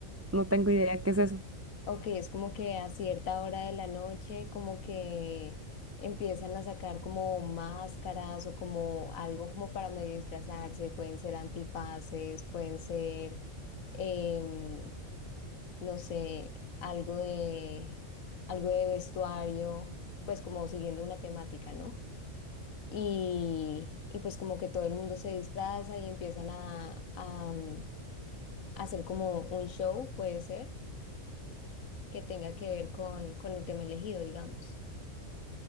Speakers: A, on the right (about 25°); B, on the left (about 85°).
A: no tengo idea qué es eso.
B: Ok, es como que a cierta hora de la noche como que empiezan a sacar como máscaras o como algo como para medio disfrazarse, pueden ser antifaces, pueden ser, em, no sé, algo de, algo de vestuario, pues como siguiendo una temática, ¿no? Y, y pues como que todo el mundo se disfraza y empiezan a, a mm, hacer como un show, puede ser que tenga que ver con, con el tema elegido, digamos.